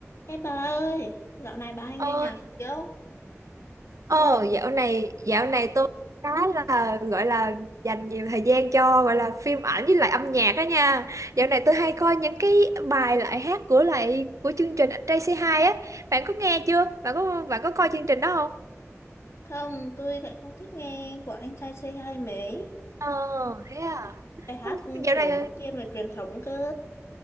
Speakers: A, on the left; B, on the right.
A: Ê bà ơi, dạo này bà hay
B: ơi
A: nghe nhạc gì không?
B: ờ
A: Tôi lại
B: dạo này dạo này tôi cái là gọi là dành nhiều thời gian cho gọi là phim ảnh với lại âm nhạc đó nha dạo này tôi hay coi những cái bài lại hát của lại của chương trình Anh Trai Say Hi á bạn có nghe chưa bạn có bạn có coi chương trình đó không
A: không, tôi lại không thích nghe của anh trai c hai mấy.
B: ờ thế à
A: Bài hát ừ,
B: dạo
A: kiểu
B: này
A: nó thiên về truyền thống cơ.